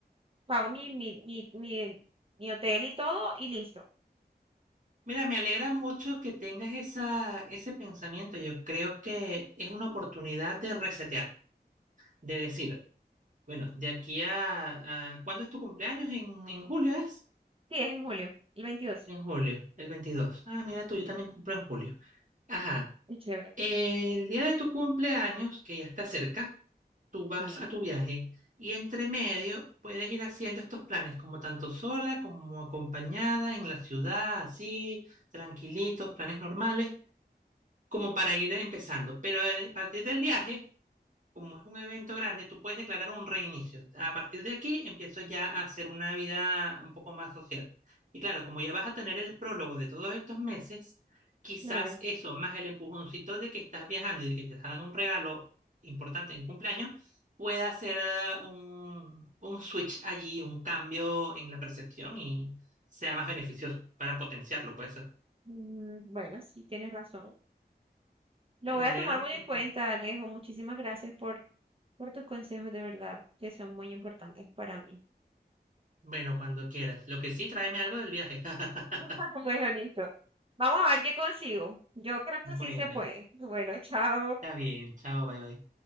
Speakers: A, on the right; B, on the right.
A: pago mi, mi, mi, mi, mi hotel y todo y listo.
B: Mira, me alegra mucho que tengas esa, ese pensamiento. Yo creo que es una oportunidad de resetear, de decir, bueno, de aquí a, a- ¿cuándo es tu cumpleaños? ¿En, en julio es?
A: Sí, es en julio, el 22.
B: En julio, el veintidós Ah, mira tú, yo también cumplo en julio. Ajá.
A: Qué chévere.
B: El día de tu cumpleaños, que ya está cerca. tú vas
A: Sí,
B: a tu viaje y entre medio puedes ir haciendo estos planes, como tanto sola como acompañada en la ciudad, así, tranquilitos, planes normales, como para ir empezando. Pero eh, a partir del viaje como es un evento grande, tú puedes declarar un reinicio. A partir de aquí empiezo ya a hacer una vida un poco más social. Y claro, como ya vas a tener el prólogo de todos estos meses, quizás
A: claro.
B: eso, más el empujoncito de que estás viajando y de que te están dando un regalo importante en el cumpleaños, pueda hacer eh, un, un switch allí, un cambio en la percepción y sea más beneficioso para potenciarlo, puede ser.
A: Mm, Bueno, sí, tienes razón. Lo
B: Eh,
A: voy
B: Me
A: a
B: alegra
A: tomar
B: mucho.
A: muy en cuenta, Alejo. Muchísimas gracias por, por tus consejos, de verdad, que son muy importantes para mí.
B: Bueno, cuando quieras. Lo que sí, tráeme algo del viaje. <laughs>
A: <laughs> Bueno, listo. Vamos a ver qué consigo. Yo creo que
B: Bueno.
A: sí se puede. Bueno, chao.
B: Está bien, chao, bye bye.